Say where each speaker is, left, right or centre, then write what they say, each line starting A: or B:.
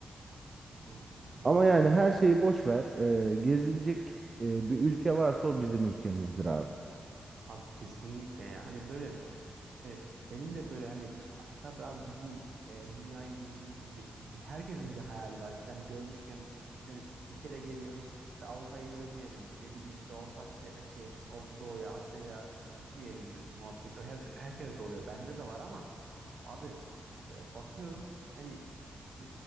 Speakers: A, on the right; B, on the right.
A: Ee, anladım.
B: Ama yani her şeyi boş ver. E, gezilecek e, bir ülke varsa o bizim ülkemizdir abi.
A: Abi kesinlikle ya. Hani böyle e, benim de böyle hani a- tabii abi gideyim e, dünyayı gezeyim gibi bir- herkesin bir hayali var. İşte hani görmüşken işte ne bileyim, bir kere geliyoruz. işte Avrupa'yı görmeyelim mi? Ne bileyim işte Orta Asya şey Orta Doğu'ya, Asya'ya gitmeyelim mi muhabbeti. Her, herkes de oluyor. Bende de var ama Abi e, bakıyorum hani e,